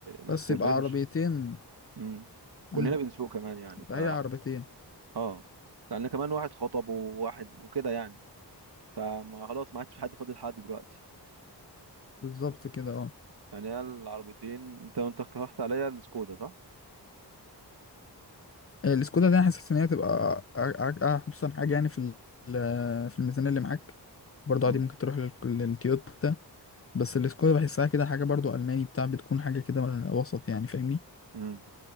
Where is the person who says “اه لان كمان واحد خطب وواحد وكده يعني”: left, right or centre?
Right